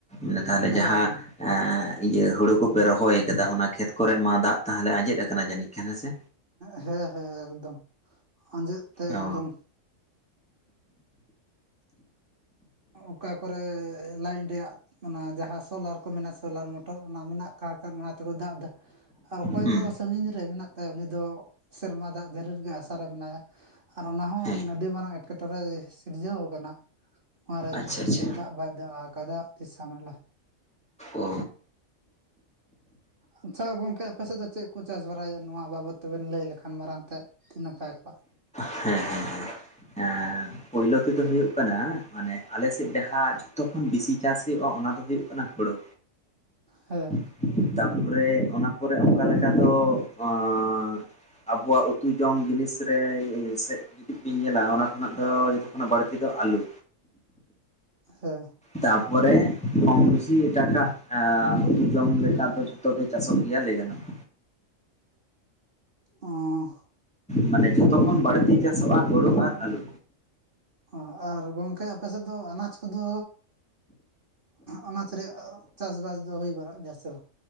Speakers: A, in the centre; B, on the right.
A: ᱤᱱᱟᱹ ᱛᱟᱦᱚᱞᱮ ᱡᱟᱦᱟᱸ
B: ᱦᱳᱭ
A: ᱟᱸ ᱤᱭᱟᱹ ᱦᱩᱲᱩ ᱠᱚᱯᱮ ᱨᱚᱦᱚᱭ ᱠᱟᱫᱟ ᱚᱱᱟ ᱠᱷᱮᱛ ᱠᱚᱨᱮ ᱢᱟ ᱫᱟᱜ ᱛᱟᱦᱚᱞᱮ ᱟᱸᱡᱮᱫ ᱟᱠᱟᱱᱟ ᱡᱟᱹᱱᱤᱡ ᱠᱷᱟᱱ ᱦᱮᱸ ᱥᱮ?
B: ᱦᱮᱸᱜᱻᱦᱮ ᱦᱮ ᱮᱠᱫᱚᱢ ᱟᱸᱡᱮᱫ ᱛᱮ
A: ᱚ
B: ᱮᱠᱫᱚᱢ <unintelligible> ᱚᱠᱟ ᱠᱚᱨᱮ ᱞᱟᱭᱤᱱ ᱨᱮᱭᱟᱜ ᱚᱱᱟ ᱡᱟᱦᱟᱸ ᱥᱳᱞᱟᱨ ᱠᱚ ᱢᱮᱱᱟᱜ ᱥᱳᱞᱟᱨ ᱢᱚᱴ ᱴᱚ ᱚᱱᱟ ᱢᱮᱱᱟᱜ ᱠᱟᱜ ᱠᱷᱟ ᱠᱷᱟᱱ ᱚᱱᱟ ᱛᱮᱠᱩ ᱫᱟᱜ ᱮᱫᱟ ᱟᱨ ᱚᱠᱚᱭ
A: ᱦᱩᱸ
B: ᱫᱚ ᱥᱟᱺᱜᱤᱧ ᱨᱮ ᱢᱮᱱᱟᱜ ᱛᱟᱭ ᱩᱱᱤ ᱫᱚ ᱥᱮᱨᱢᱟ ᱫᱟᱜ ᱡᱟᱹᱨᱤ ᱜᱮ ᱟᱥᱟᱨᱮ ᱢᱮᱱᱟᱭᱟ ᱟᱨ ᱚᱱᱟ ᱦᱚᱸ
A: ᱦᱮᱸ
B: ᱟᱹᱰᱤ ᱢᱟᱨᱟᱝ ᱮᱴᱠᱮᱴᱚᱨᱮ ᱥᱤᱨᱡᱟᱹᱣ ᱠᱟᱱᱟ ᱚᱱᱟᱨᱮ
A: ᱟᱪᱪᱷᱟ ᱟᱪᱪᱷᱟ
B: ᱫᱟᱜ ᱵᱟᱭ ᱫᱟᱜ ᱟᱠᱟᱫᱟ ᱟᱹᱫᱤ ᱥᱟᱢᱮᱞᱟ
A: ᱚ
B: ᱟᱪᱪᱷᱟ ᱜᱚᱝᱠᱮ ᱟᱯᱮ ᱥᱮᱫ ᱫᱚ ᱪᱮᱫ ᱠᱚ ᱪᱟᱥ ᱵᱟᱨᱟᱭᱟ ᱱᱚᱣᱟ ᱵᱟᱵᱚᱫ ᱛᱮᱵᱮᱱ ᱞᱟᱹᱭ ᱞᱮᱠᱷᱟᱱ ᱢᱟᱨᱟᱝ ᱛᱮᱫ ᱟᱹᱰᱤ ᱱᱟᱯᱟᱭ ᱠᱚᱜᱼᱟ,
A: ᱦᱮᱸ ᱦᱮᱸ ᱦᱮᱸᱸ ᱟᱸ ᱯᱳᱭᱞᱳ ᱛᱮᱫᱚ ᱦᱩᱭᱩᱜ ᱠᱟᱱᱟ ᱢᱟᱱᱮ ᱟᱞᱮ ᱥᱮᱫ ᱡᱟᱦᱟᱸ ᱡᱚᱛᱚ ᱠᱷᱚᱱ ᱵᱤᱥᱤ ᱪᱟᱥ ᱦᱩᱭᱩᱜᱼᱟ ᱚᱱᱟ ᱫᱚ ᱦᱩᱭᱩᱜ ᱠᱟᱱᱟ ᱦᱩᱲᱩ
B: ᱦᱮᱸ
A: <unintelligible> ᱛᱟᱨᱯᱚᱨᱮ ᱚᱱᱟ ᱯᱚᱨᱮ ᱚᱱᱠᱟ ᱞᱮᱠᱟ ᱫᱚ ᱟᱸᱻ ᱟᱵᱩᱣᱟᱜ ᱩᱛᱩ ᱡᱚᱢ ᱡᱤᱱᱤᱥ ᱨᱮ ᱥᱮᱫ ᱡᱩᱫᱤ ᱵᱤᱱ ᱧᱮᱞᱟ ᱚᱱᱟ ᱠᱷᱚᱱᱟᱜ ᱫᱚ ᱡᱚᱛᱚ ᱠᱷᱚᱱᱟᱜ ᱵᱟᱹᱲᱛᱤ ᱫᱚ ᱟᱞᱩ
B: ᱦᱮᱸ
A: ᱛᱟᱯᱚᱨᱮ ᱠᱚᱢ ᱵᱮᱥᱤ ᱮᱴᱟᱜᱼᱠᱟᱜ ᱟᱻ ᱩᱛᱩ ᱡᱚᱢ ᱞᱮᱠᱟ ᱫᱚ ᱡᱷᱚᱛᱚ ᱜᱮ ᱪᱟᱥᱚᱜ ᱜᱮᱭᱟ ᱞᱟᱹᱭ ᱜᱟᱱᱚᱜᱼᱟ
B: ᱚᱸᱻ
A: ᱢᱟᱱᱮ ᱡᱚᱛᱚ ᱠᱷᱚᱱ ᱵᱟᱹᱲᱛᱤ ᱪᱟᱥᱚᱜᱼᱟ, ᱦᱩᱲᱩ ᱟᱨ ᱟᱹᱞᱩ᱾
B: ᱚ ᱟᱨ ᱜᱚᱢᱠᱮ ᱟᱯᱮ ᱥᱮᱫ ᱫᱚ ᱟᱱᱟᱡᱽ ᱠᱚᱫᱚ ᱟᱱᱟᱡᱽ ᱨᱮᱭᱟᱜ ᱪᱟᱥᱼᱵᱟᱥ ᱫᱚ ᱦᱩᱭ ᱵᱟᱲᱟᱜ ᱜᱮᱭᱟ ᱥᱮ ᱵᱟᱝ?